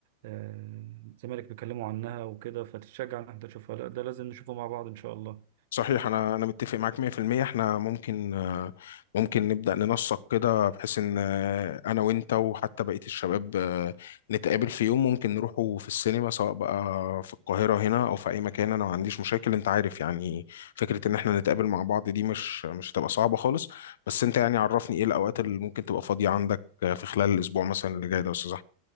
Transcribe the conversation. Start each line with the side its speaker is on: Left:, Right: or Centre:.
Right: آه، زمالك بيتكلموا عنها وكده فتتشجع ان انت تشوفها لا ده لازم نشوفه مع بعض ان شاء الله
Left: صحيح انا انا متفق معاك 100% احنا ممكن آه، ممكن نبدا ننسق كده بحيث ان آه، انا وانت وحتى بقيه الشباب آه، نتقابل في يوم ممكن نروحوا في السينما سواء بقى في القاهره هنا او في اي مكان انا ما عنديش مشاكل انت عارف يعني فكره ان احنا نتقابل مع بعض دي مش مش هتبقى صعبه خالص بس انت يعني عرفني ايه الاوقات اللي ممكن تبقى فاضيه عندك آه، في خلال الاسبوع مثلا اللي جاي ده يا استاذ